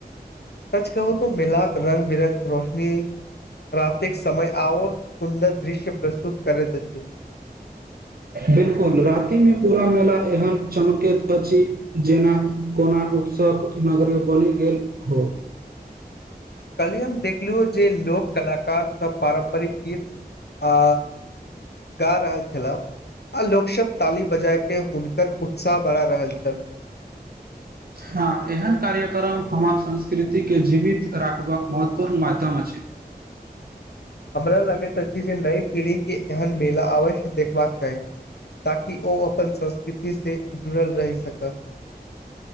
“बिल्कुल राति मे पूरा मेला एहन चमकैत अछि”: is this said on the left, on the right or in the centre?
Right